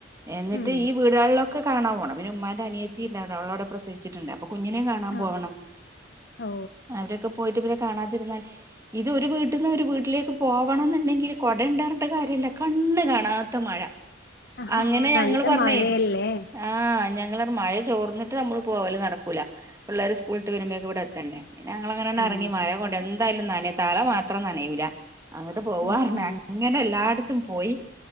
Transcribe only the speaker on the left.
ഉം
ആ
ആ ഓ
ആഹാ
നല്ല
മഴയല്ലേ
ഉം
ഉം ഉം